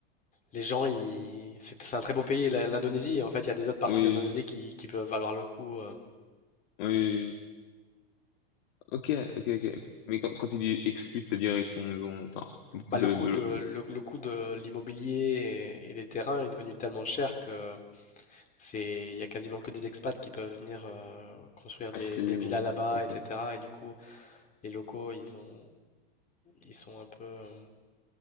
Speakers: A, on the left; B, on the left.
A: les gens, ils- c'est c'est un très beau pays, la- l'Indonésie. En fait, il y a des autres parties
B: Oui,
A: d'Indonésie qui, qui peuvent valoir le coup. euh,
B: oui. oui. Ok, ok, ok. Mais quand, quand tu dis exclu, c'est-à-dire ils sont, ils ont, enfin, beaucoup
A: Bah,
B: de,
A: le coût
B: de
A: de, le, le coût de l'immobilier et, et des terrains est devenu tellement cher que c'est, il y a quasiment que des expats qui peuvent venir euh, construire des,
B: acheter
A: des villas
B: ou.
A: là-bas,
B: Ok.
A: etc. Et du coup, les locaux, ils ont, ils sont un peu, euh,